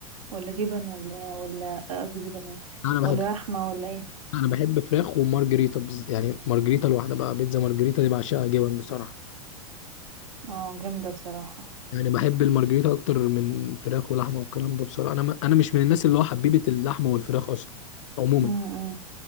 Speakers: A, on the right; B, on the left.
A: ولا جبن ولا ولا قصدي جبن ايه
B: انا
A: ولا
B: بحب
A: لحمة ولا ايه
B: انا بحب فراخ ومارجريتا بز... يعني مارجريتا لوحدها بقى بيتزا مارجريتا دي بعشقها جبن بصراحه
A: اه جامدة بصراحة
B: يعني بحب المارجريتا اكتر من فراخ ولحمه والكلام ده بصراحه انا ما انا مش من الناس اللي هو حبيبه اللحمه والفراخ اصلا عموما
A: مم.